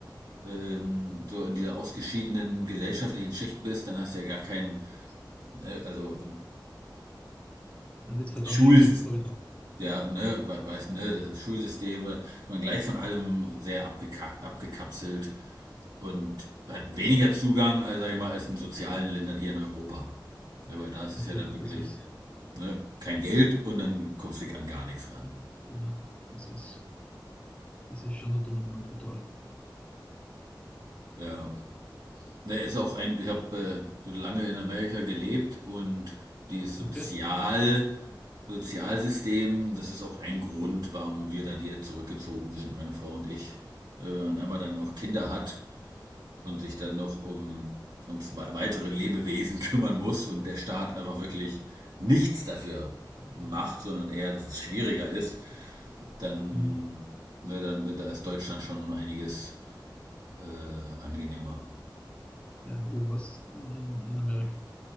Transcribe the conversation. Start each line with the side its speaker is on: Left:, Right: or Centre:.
Right: ähm, so in dieser ausgeschiedenen gesellschaftlichen Schicht bist, dann hast du ja gar keinen ne, also
Left: dann wird es verdammt
Right: Schul,
Left: schwer, das da wieder.
Right: ja, ne, we- weißt du, ne, das ist Schulsysteme, ist man gleich von allem sehr abgeka abgekapselt und hat weniger
Left: Mhm.
Right: Zugang, als, sag ich mal, als in sozialen Ländern hier in Europa. Ne, weil da ist
Left: Natürlich,
Right: es ja dann wirklich,
Left: das ist,
Right: ne, kein Geld und dann kommst du an gar nichts ran.
Left: ja, das ist Das ist schon da drüben nochmal brutal.
Right: Ja. Ne, ist auch ein, ich habe äh, lange in Amerika gelebt und dieses Sozial,
Left: Okay?
Right: Sozialsystem, das ist auch ein Grund, warum wir dann hier zurückgezogen sind, meine Frau und ich. Äh, Wenn man einmal dann auch Kinder hat und sich dann noch um, um zwei- weitere Lebewesen <laughs> kümmern muss und der Staat einfach wirklich nichts dafür macht, sondern eher, dass es schwieriger ist, dann,
Left: Mhm.
Right: ne, dann da ist Deutschland schon einiges äh, angenehmer.
Left: Ja, wo warst du in, in Amerika?